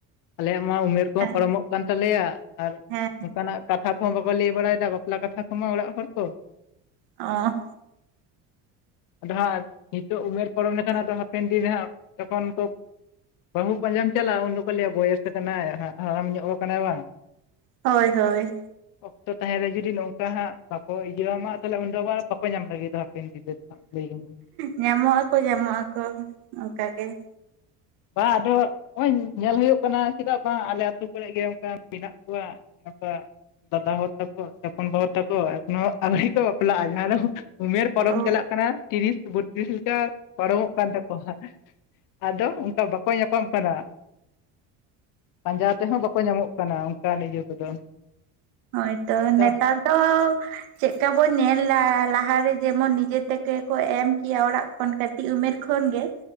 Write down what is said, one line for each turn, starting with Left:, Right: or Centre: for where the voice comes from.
Left: ᱟᱞᱮᱭᱟᱜ ᱢᱟ ᱩᱢᱮᱨ ᱠᱚᱦᱚᱸ
Right: ᱦᱮᱸ
Left: ᱯᱟᱨᱚᱢᱚᱜ ᱠᱟᱱ ᱛᱟᱞᱮᱭᱟ᱾ ᱟᱨ
Right: ᱦᱮᱸ
Left: ᱚᱱᱠᱟᱱᱟᱜ ᱠᱟᱛᱷᱟ ᱠᱚᱦᱚᱸ ᱵᱟᱠᱚ ᱞᱟᱹᱭ ᱵᱟᱲᱟᱭᱮᱫᱟ ᱵᱟᱯᱞᱟ ᱠᱟᱛᱷᱟ ᱠᱚᱢᱟ ᱦᱚᱲ ᱠᱚ᱾
Right: ᱚᱸ᱾
Left: ᱟᱫᱚ ᱦᱟᱸᱜ ᱱᱤᱛᱚᱜ ᱩᱢᱮᱨ ᱯᱟᱨᱚᱢ ᱞᱮᱠᱷᱟᱱ ᱟᱫᱚ ᱦᱟᱯᱮᱱ ᱫᱤᱱ ᱦᱟᱸᱜ᱾ ᱡᱚᱠᱷᱚᱱ ᱠᱚ᱾ ᱵᱟᱹᱦᱩ ᱯᱟᱸᱡᱟᱢ ᱪᱟᱞᱟᱜ-ᱟ᱾ ᱩᱱ ᱫᱚᱠᱚ ᱞᱟᱹᱭᱟ ᱵᱚᱭᱮᱥ ᱠᱟᱱᱟᱭ ᱦᱟᱲᱟᱢ ᱧᱚᱜ ᱠᱟᱱᱟᱭ ᱵᱟᱝ᱾
Right: ᱦᱳᱭ ᱦᱳᱭ᱾
Left: ᱚᱠᱛᱚ ᱛᱟᱦᱮᱸ ᱨᱮ ᱡᱩᱫᱤ ᱱᱚᱝᱠᱟ ᱦᱟᱸᱜ ᱵᱟᱠᱚ ᱤᱭᱟᱹᱭᱟ ᱢᱟ ᱛᱟᱦᱚᱸᱞᱮ ᱩᱱᱫᱚ ᱵᱟ ᱵᱟᱠᱚ ᱧᱟᱢ ᱞᱟᱹᱜᱤᱫ-ᱟ ᱦᱟᱯᱮᱱ ᱫᱤᱱ ᱫᱚ᱾ ᱞᱟᱹᱭ ᱜᱟᱱᱚᱜ
Right: ᱧᱟᱢᱚᱜ ᱟᱠᱚ ᱧᱟᱢᱚᱜ ᱟᱠᱚ ᱚᱱᱠᱟ ᱜᱮ ᱾
Left: ᱵᱟᱝ ᱟᱫᱚ ᱱᱚᱜ-ᱚᱭ ᱧᱮᱞ ᱦᱩᱭᱩᱜ ᱠᱟᱱᱟ ᱪᱮᱫᱟᱜ ᱵᱟᱝ ᱟᱞᱮ ᱟᱹᱛᱩ ᱠᱚᱨᱮ ᱜᱮ ᱚᱱᱠᱟ ᱢᱮᱱᱟᱜ ᱠᱚᱣᱟ᱾ <unintelligible> ᱫᱟᱫᱟ ᱦᱚ ᱛᱟᱠᱚ ᱦᱚᱯᱚᱱ ᱵᱟᱹᱦᱩ ᱛᱟᱠᱚ, ᱮᱠᱷᱚᱱᱚ ᱟᱹᱣᱨᱤ ᱠᱚ ᱵᱟᱯᱞᱟᱜ-ᱟ ᱡᱟᱦᱟᱸ ᱫᱚ᱾ ᱩᱢᱮᱨ ᱯᱟᱨᱚᱢ
Right: ᱦᱚᱸ
Left: ᱪᱟᱞᱟᱜ ᱠᱟᱱᱟ ᱛᱤᱨᱤᱥ, ᱵᱚᱛᱨᱤᱥ ᱞᱮᱠᱟ ᱯᱟᱨᱚᱢᱚᱜ ᱠᱟᱱ ᱛᱟᱠᱚᱣᱟ᱾ ᱟᱫᱚ ᱚᱱᱠᱟ ᱵᱟᱠᱚ ᱧᱟᱯᱟᱢ ᱠᱟᱱᱟ᱾ ᱯᱟᱸᱡᱟ ᱛᱮᱦᱚᱸ ᱵᱟᱠᱚ ᱧᱟᱢᱚᱜ ᱠᱟᱱᱟ ᱚᱱᱠᱟᱱ ᱤᱭᱟᱹ ᱠᱚᱫᱚ᱾
Right: ᱦᱳᱭ ᱛᱚ
Left: ᱟᱫᱚ
Right: ᱱᱮᱛᱟᱨ ᱫᱚ᱾ ᱪᱮᱫᱠᱟ ᱵᱚᱱ ᱧᱮᱞ ᱫᱟ ᱞᱟᱦᱟᱨᱮ ᱡᱮᱢᱚᱱ ᱱᱤᱡᱮ ᱛᱮᱠᱮ ᱠᱚ ᱮᱢ ᱠᱮᱭᱟ ᱚᱲᱟᱜ ᱠᱷᱚᱱ ᱠᱟᱹᱴ ᱠᱟᱹᱴᱤᱡ ᱩᱢᱮᱨ ᱠᱷᱚᱱ ᱜᱮ,